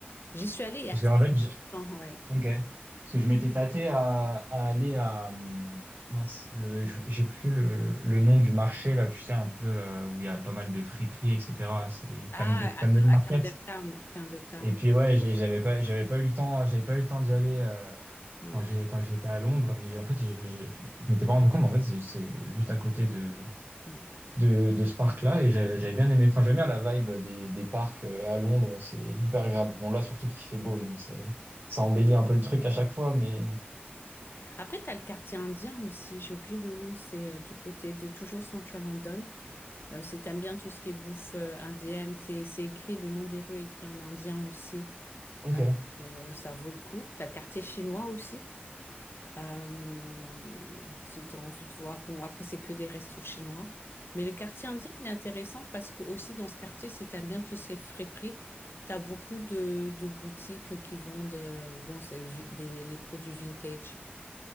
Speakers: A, on the left; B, on the right.
A: J'y suis allée il y
B: Parce
A: a très
B: qu'en fait,
A: longtemps, ouais.
B: Ok. Parce que je m'étais tâté à, à aller à. hum, Mince, le, je- j'ai plus le, le nom du marché, là, tu sais, un peu euh, où il y a pas mal de friperies, etc. C'est
A: Ah,
B: Camden, Camden
A: à, Cam-
B: Market.
A: à Camden Town. Camden Town,
B: Et puis, ouais, j'ai- j'avais pas, j'avais pas eu le temps, j'avais pas eu le temps d'y aller euh,
A: ouais. Ouais.
B: quand j'ai, quand j'étais à Londres. Mais en fait, je, je, je m'étais pas rendu compte, mais en fait, c'est c'est juste à côté de,
A: ouais.
B: de, de ce parc-là. Et j'ai- j'avais bien aimé. Enfin, j'aime bien la vibe des, des parcs euh, à Londres. C'est hyper agréable. Bon, là, surtout qu'il fait beau, donc c'est ça embellit un peu le truc à chaque fois, mais
A: Après, tu as le quartier indien aussi. J'ai oublié le nom. C'est euh, du côté de toujours Central London. Euh, si t'aimes bien tout ce qui est bouffe euh, indienne, c'est c'est écrit, le nom des rues est écrit en indien aussi.
B: Ok,
A: Euh,
B: ouais.
A: euh, ça vaut le coup. T'as le quartier chinois aussi. Euh, si t'as envie de voir. Bon, après, c'est que des restos chinois. Mais le quartier indien, il est intéressant parce que aussi dans ce quartier, si t'aimes bien tous ces friperies, t'as beaucoup de, de boutiques qui vendent euh, bon, c'est vi- les, les produits vintage.